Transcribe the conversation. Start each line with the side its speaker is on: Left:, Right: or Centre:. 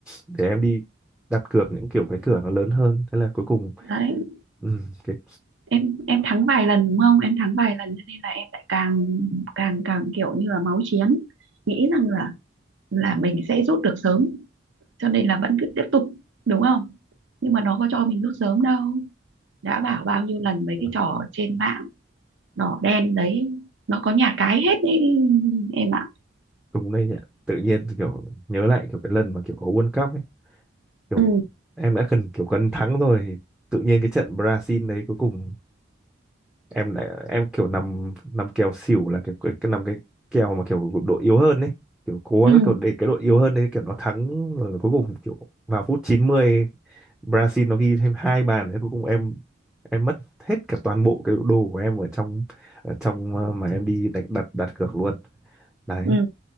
Centre: để em đi đặt cược những kiểu cái cửa nó lớn hơn thế là cuối cùng
Right: đấy
Centre: ừ, cái
Right: em em thắng vài lần đúng không em thắng vài lần cho nên là em lại càng càng càng kiểu như là máu chiến nghĩ rằng là là mình sẽ rút được sớm cho nên là vẫn cứ tiếp tục đúng không nhưng mà nó có cho mình rút sớm đâu đã bảo bao nhiêu lần mấy
Centre: cái-
Right: cái trò trên mạng đỏ đen đấy nó có nhà cái hết đi em ạ
Centre: đúng đây nhỉ tự nhiên kiểu nhớ lại kiểu cái lần mà kiểu có World Cup ấy kiểu
Right: ừ
Centre: em đã cần kiểu cần thắng rồi thì tự nhiên cái trận Brazil đấy cuối cùng em lại em kiểu nằm nằm kèo xỉu là cái cái, cái nằm cái kèo mà kiểu đội yếu hơn ấy kiểu cố
Right: ừ
Centre: gắng kiểu để cái đội yếu hơn đấy kiểu nó thắng rồi cuối cùng kiểu vào phút chín mươi Brazil nó ghi thêm hai bàn đấy cuối cùng em em mất hết cả toàn bộ cái đồ của em ở trong ở trong ờ, mà em đi đặt đặt đặt cược luôn đấy
Right: ừ